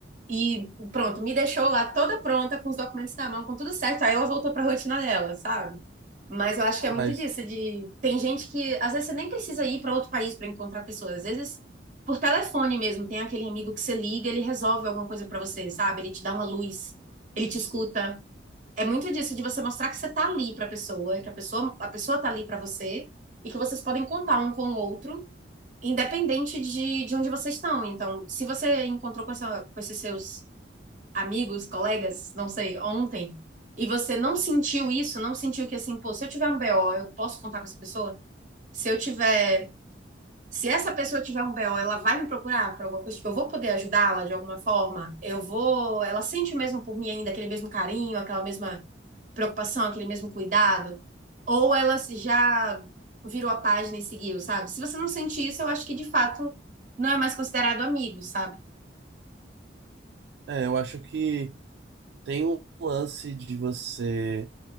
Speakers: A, on the right; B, on the right.
A: e pronto, me deixou lá toda pronta, com os documentos na mão, com tudo certo. Aí ela voltou para a rotina dela, sabe? Mas eu acho que é
B: Mas
A: muito disso, de tem gente que às vezes você nem precisa ir para outro país para encontrar pessoas, às vezes por telefone mesmo, tem aquele amigo que você liga, ele resolve alguma coisa para você, sabe? Ele te dá uma luz, ele te escuta é muito disso de você mostrar que você tá ali pra pessoa, que a pessoa, a pessoa tá ali pra você e que vocês podem contar um com o outro, independente de, de onde vocês estão. Então, se você encontrou com, essa, com esses seus amigos, colegas, não sei, ontem, e você não sentiu isso, não sentiu que assim, pô, se eu tiver um BO, eu posso contar com essa pessoa? Se eu tiver. Se essa pessoa tiver um BO, ela vai me procurar por alguma coisa, tipo, eu vou poder ajudá-la de alguma forma, eu vou. Ela sente mesmo por mim ainda aquele mesmo carinho, aquela mesma preocupação, aquele mesmo cuidado, ou ela se- já virou a página e seguiu, sabe? Se você não sente isso, eu acho que de fato não é mais considerado amigo, sabe?
B: é, eu acho que tem um lance de você